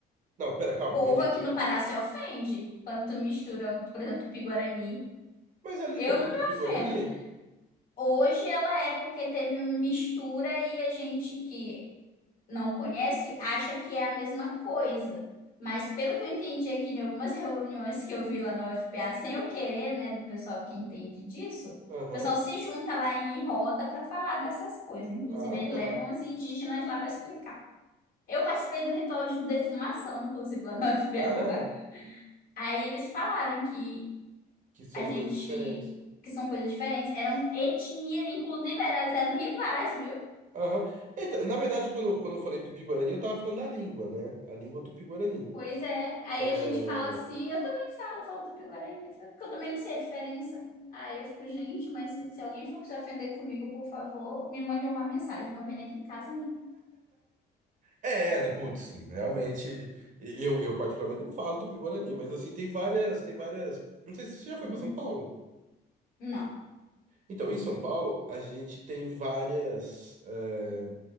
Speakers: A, on the right (about 50°); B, on the left (about 55°).
A: Não, pera, calma,
B: O povo
A: não entendi.
B: aqui no Pará se ofende quando tu mistura, por exemplo, Tupi-Guarani.
A: Mas a língua
B: Eu
A: não
B: não
A: é Tupi-Guarani?
B: me ofendo. Hoje ela é porque teve mistura e a gente que não conhece, acha que é a mesma coisa. Mas pelo que eu entendi aqui de algumas reuniões que eu vi lá na UFPA, sem eu querer, né, do pessoal que entende disso, o
A: Aham,
B: pessoal se junta lá em roda para falar dessas coisas. Inclusive,
A: Ah,
B: eles
A: tá.
B: levam os indígenas lá para explicar. Eu participei do ritual de defumação, inclusive, lá na UFPA,
A: Ah,
B: foi bacana. Aí eles falaram que
A: que são
B: a gente,
A: coisas diferentes.
B: que são coisas diferentes, eram etnia, inclusive elas eram rivais,
A: Aham. Eita, na verdade, quando eu, quando eu falei Tupi-Guarani, eu tava falando da língua, né? A língua Tupi-Guarani.
B: Pois é, aí
A: É...
B: a gente fala assim, eu também falo, falo Tupi-Guarani, eu falo, porque eu também não sei a diferença. Aí eu fico, gente, mas se, se alguém for se ofender comigo, por favor, me mande uma mensagem, não venha aqui em casa, não.
A: é, é, putz, realmente, e- eu, eu particularmente não falo Tupi-Guarani, mas assim, tem várias, tem várias... Não sei se você já foi
B: Uhum.
A: para São Paulo.
B: Não.
A: Então, em São Paulo, a gente tem várias, eh,